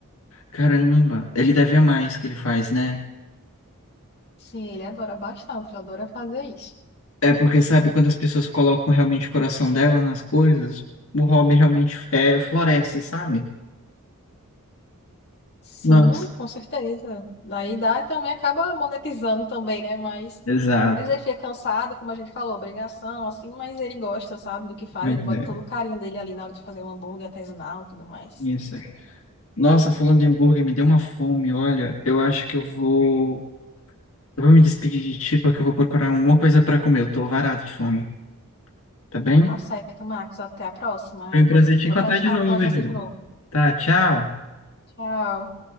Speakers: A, on the left (about 65°); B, on the left (about 50°).
A: caramba. Ele deve amar isso que ele faz, né?
B: Sim, ele adora bastante, ele adora fazer isso.
A: É porque, sabe, quando as pessoas colocam realmente o coração delas nas coisas, o hobby realmente é, floresce, sabe?
B: Sim,
A: Nossa,
B: com certeza. Daí dá e também acaba monetizando também, né? Mas
A: exato.
B: às vezes ele fica cansado, como a gente falou, obrigação, assim, mas ele gosta, sabe, do que faz,
A: Verdade.
B: ele bota todo o carinho dele ali na hora de fazer um hambúrguer artesanal e tudo mais.
A: Isso. Nossa, falando de hambúrguer, me deu uma fome, olha. Eu acho que eu vou. Eu vou me despedir de ti, porque eu vou procurar alguma coisa para comer. Eu tô varado de fome, tá bem?
B: Tá certo, Marcos. Até a próxima.
A: Foi
B: Eu
A: um
B: Vou,
A: prazer te
B: vou
A: encontrar
B: adorar te
A: de
B: falar,
A: novo,
B: falar com
A: Júlio.
B: você de novo.
A: Tá, tchau.
B: Tchau.